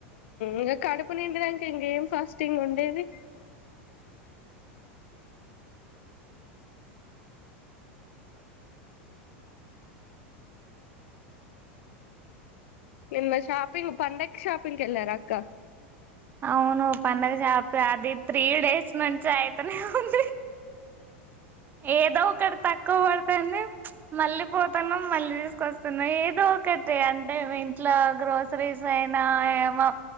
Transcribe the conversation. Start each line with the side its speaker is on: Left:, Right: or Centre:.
Left: ఇంకా కడుపు నిండినంక ఇంకేం ఫాస్టింగ్ ఉండేది నిన్న షాపింగ్ పండకి షాపింగ్ క వెళ్ళార అక్క
Right: అవును పండుగ షాపి అది త్రీ డేస్ నుంచి అయితేనే ఉంది ఏదో ఒకటి తక్కువ పడుతంది మళ్ళీ పోతున్నా మళ్ళీ వస్తున్నా ఏదో ఒకటి అంటే ఇంట్లో గ్రోసరీస్ అయినా ఏమో